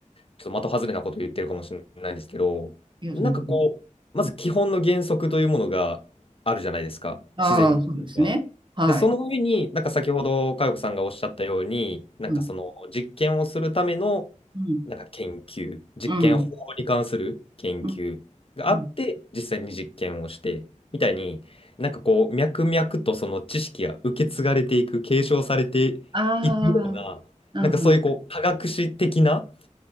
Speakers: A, on the left; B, on the right.
A: ちょっと的外れなこと言ってるかもしれないんですけど、
B: いや、
A: なんかこう、
B: その、
A: まず基本の原則というものがあるじゃないですか、
B: ああー、
A: 自然が。
B: そうですね。はい。
A: で、その上に、なんか先ほど佳代子さんがおっしゃったように、なんかその実験をするための、
B: うん、うん、
A: なんか研究、実験法に関する研究があって、
B: うん、うん。うん
A: 実際に実験をして、みたいに、なんかこう、脈々とその知識が受け継がれていく、継承されていくような、
B: ああ、うんうん。
A: なんかそういうこう、科学史的な